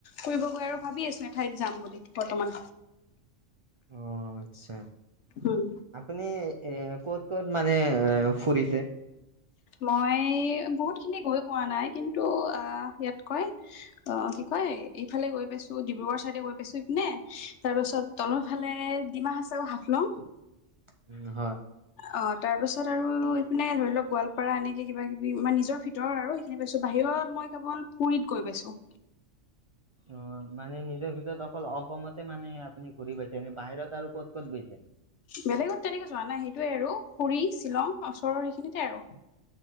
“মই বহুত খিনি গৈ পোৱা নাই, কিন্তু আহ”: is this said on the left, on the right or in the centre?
Left